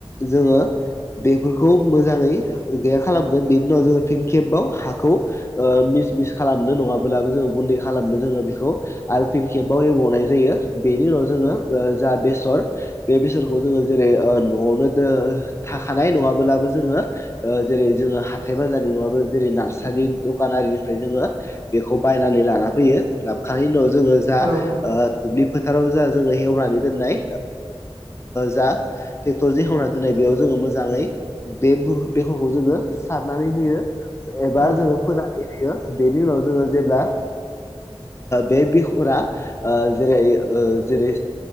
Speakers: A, on the left (about 25°); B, on the right (about 30°).
A: जोंङो बेफोरखौ मोजांङै गैया खालामगोन बेनि उनाव जोंङो फिन केमबाव हाखौ ओ मिस मिस खालामनो नंङाब्लाबो जोंङो गुनदै खालामनो जोंङो बे ओ आरो फिन खेबाव एबनाय जायो बेनि उनाव जोंङो जा बेसर बे बेसोरखौ जोंङो जेरै न'आवनो दो थाखानाय नङाब्लाबो जोंङो ओ जेरै जोंङो हाथाय बाजारनि नंङाबो जेरै नार्सारि दखानारिनिफ्राय जोंङो बेखौ बायनानै लाना फैयो लाबखांनायनि उनाव जोंङो जा
B: औ औ नोंथां
A: ओ दुब्लि फोथाराव जा जोंङो एवनानै दोननाय जा ट्रेक्टरजों एवना दोननाय बेयाव जोंङो मोजांङै बे बेरखौ जोंङो सारनानै होयो एबा
B: औ नोंथां
A: जोंङो फोनानै होयो बेनि उनाव जोंङो जेब्ला बे बिगुरा जेरै जेरै